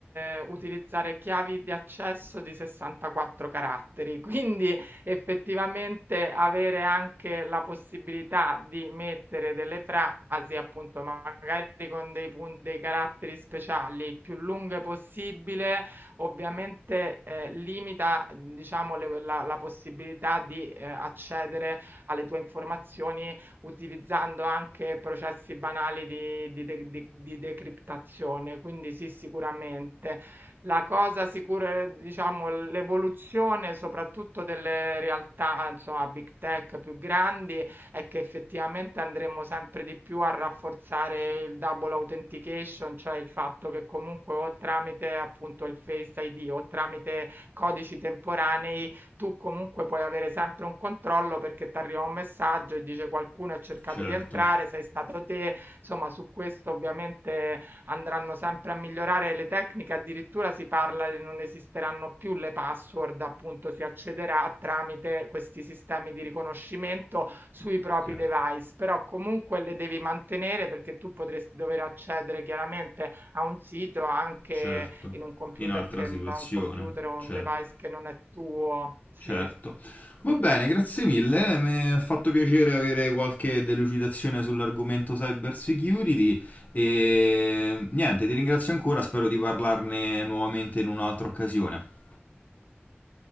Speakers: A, on the right (about 55°); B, on the left (about 40°).
A: eh, utilizzare chiavi di accesso di 64 caratteri, <laughs> quindi effettivamente avere anche la possibilità di mettere delle frasi, appunto, magari con dei punti, dei caratteri speciali il più lunghe possibile ovviamente eh, limita, diciamo, le- la, la possibilità di eh, accedere alle tue informazioni utilizzando anche processi banali di, di de- di- di decriptazione. Quindi sì, sicuramente. La cosa sicura, è, diciamo, l'evoluzione soprattutto delle realtà, insomma, big tech più grandi è che effettivamente andremo sempre di più a rafforzare il double authentication, cioè il fatto che comunque o tramite appunto il Face ID o tramite codici temporanei tu comunque puoi avere sempre un controllo perché ti arriva un messaggio e dice qualcuno ha cercato
B: Certo.
A: di entrare, sei stato te, insomma su questo ovviamente andranno sempre a migliorare le tecniche, addirittura si parla che non esisteranno più le password, appunto si accederà tramite questi sistemi di riconoscimento sui propri
B: Ok.
A: device, però comunque le devi mantenere perché tu potresti dover accedere chiaramente a un sito anche
B: Certo,
A: in un computer
B: in altra
A: che
B: situazione,
A: da un computer o
B: certo,
A: un device che non è tuo. Sì.
B: certo. Va bene, grazie mille, mi ha fatto piacere avere qualche delucidazione sull'argomento cyber security e niente, ti ringrazio ancora, spero di parlarne nuovamente in un'altra occasione.